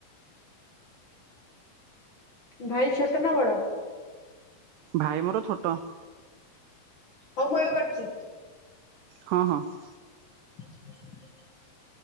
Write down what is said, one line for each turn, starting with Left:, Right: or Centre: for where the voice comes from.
Left: ଭାଇ ଛୋଟ ନା ବଡ?
Right: ଭାଇ ମୋର ଛୋଟ।
Left: ହଉ ମୁଁ ଏବେ କରଚି।
Right: ହଁ-ହଁ।
Left: <unintelligible>